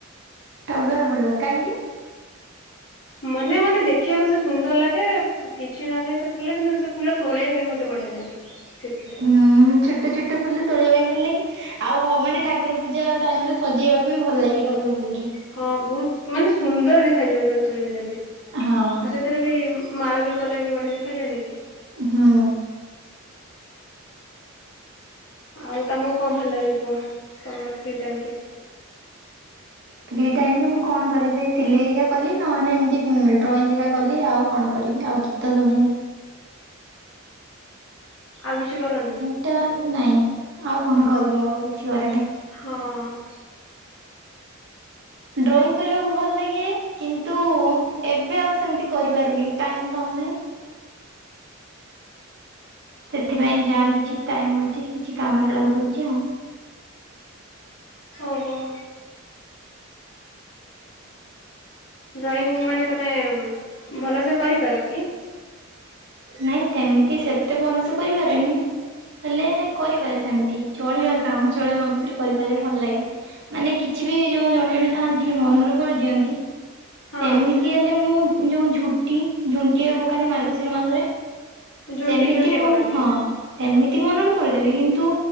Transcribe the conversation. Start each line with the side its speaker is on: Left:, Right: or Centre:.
Right: ଟଗର ଭଲ କାହିଁକି?
Left: ମାନେ ମତେ ଦେଖିବାକୁ ସେ ସୁନ୍ଦର ଲାଗେ କିଛି ନଥାଏ ସେ ଫୁଲ କିନ୍ତୁ ସେ ଫୁଲ ତୋଳିବା ପାଇଁ ମତେ ବଢିଆ ଲାଗେ ସେଥିରେ
Right: ହୁଁ ଛୋଟ ଛୋଟ ବୋଲି ତୋଳିବା ପାଇଁ ଭଲଲାଗେ ଆଉ ଭ ମାନେ ଠାକୁର ପୂଜା ଟାଇମ ରେ ସଜେଇବାକୁ ବି ଭଲ ଲାଗେ ଟଗର ଫୁଲ ରେ।
Left: ହଁ ବହୁତ ମାନେ ସୁନ୍ଦର ଦେଖାଯିବ ତାକୁ ସଜେଇ ଦେଲେ।
Right: ହଁ।
Left: ଆଉ ସେଥିରେ ବି ମାଳ ବି କଲେ ବିଢିଆ ଦେଖାଯାଏନି କି?
Right: ହଁ।
Left: ଆଉ ତମକୁ କଣ ଭଲ ଲାଗେ କୁହ ତୁମର ଫ୍ରି ଟାଇମରେ।
Right: ଫ୍ରି ଟାଇମ ରେ ମୁଁ କଣ କରେ ସେଇ ସିଲେଇ ଏକା କଲି ନହେଲେ ଏମିତି ଡ୍ରଇଂ ଏକା କଲି ଆଉ କଣ କରିବି ଆଉ ଗୀତ ଶୁଣି
Left: ଆଉ କିଛି କରନି।
Right: ଏଟା ନାଇଁ ଆଉ କଣ କରିବି ଆଉ କିଛି କରେନି।
Left: ହଁ।
Right: ଡ୍ରଇଂ କରିବାକୁ ଭଲ ଲାଗେ, କିନ୍ତୁ ଏବେ ଆଉ ସେମିତି କରିପାରୁନି ଟାଇମ୍ ପାଉନାହିଁ। ସେଥିପାଇଁ ଯାହା ବି କିଛି ଟାଇମ୍ ମିଳୁଛି କିଛି କାମରେ ଲଗେ଼ଇ ଦେଉଛି ଆଉ।
Left: ଓହୋ। ଡ୍ରଇଂ ମାନେ ତମେ ଭଲ ସେ କରିପାର କି?
Right: ନାଇଁ ସେମିତି ସେତେ ଭଲ ସେ କରିପାରେନି। ହେଲେ କରିପାରେ ସେମିତି ଚଳିବା କାମ ଚଳିବା ମାପରେ କରିପାରେ ଭଲ ଲାଗେ। ମାନେ କିଛି ବି ଯୋଉ ଜଣେ ଜଣେ ଥାଆନ୍ତି ମନରୁ କରିଦିଅନ୍ତି
Left: ହଁ
Right: ସେମିତି ହେଲେ ମୁଁ ଯୋଉ ଝୁଟି ଝୁଣ୍ଟି ଏ ପକାନ୍ତି ମାର୍ଗଶିର ମାସରେ।
Left: ଝୋଟି
Right: ସେମିତି
Left: ଝୋଟି
Right: ମୋ
Left: ପକାନ୍ତି
Right: ନୁହଁ। ସେମିତି ମନରୁ କରିଦେବି କିନ୍ତୁ